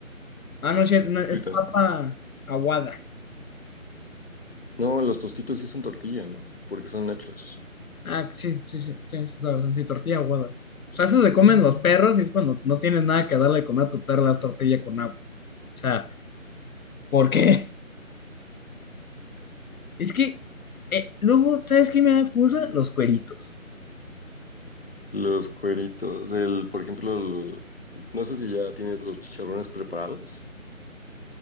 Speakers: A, on the left; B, on the left.
A: ah, no, es cierto, no, es
B: frita.
A: papa aguada.
B: No, los tostitos sí son tortilla, ¿no? Porque son nachos.
A: Ah, sí, sí, sí, tienes toda la razón, sí, tortilla aguada. O sea, eso se comen los perros y es cuando no tienes nada que darle de comer a tu perro las tortillas con agua. O sea, ¿por qué? Es que, eh, luego, ¿sabes qué me da cosa? Los cueritos.
B: Los cueritos, el, por ejemplo, el- no sé si ya tienes los chicharrones preparados.